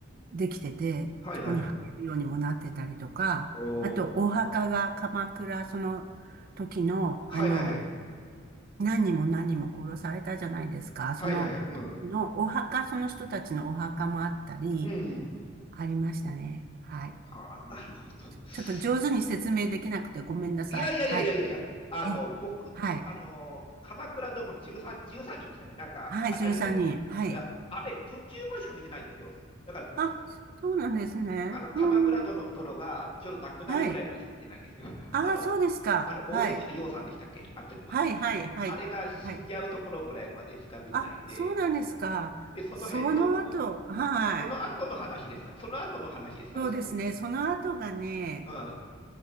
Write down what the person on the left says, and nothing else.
はいはい。
お
ー、
はいはいはい。
はいはいはい。
うん、
うん。
はあ、なるほど。<laughs>
いやいやいやいやいやいや、
あの、
僕、
あの、鎌倉殿の 13, 13人でしたかなんかあ、
ありましたね。
ああれ、途中までしか見てないんですよ。だから、
あの鎌倉殿殿がちょうど亡くなるぐらいまでしか見てないんですよ。
<laughs>
あの、
あの大泉洋さんでしたっけ、
あの時は。
あれが死んじゃうところぐらいまでしか見てないんで、
でその辺の、
この後の話ですか、その後の話ですかね、
そこって。
うん、